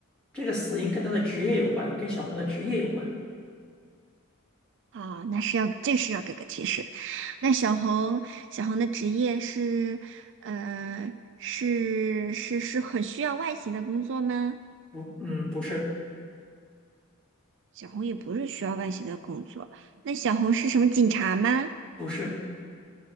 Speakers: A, in the centre; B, on the right.
A: 这个死因跟他的职业有关，跟小红的职业有关。
B: 啊，那是要这是要给个提示。那小红小红的职业是呃是是是很需要外形的工作吗？
A: 不，嗯，不是，
B: 小红也不是需要外形的工作。那小红是什么警察吗？
A: 不是，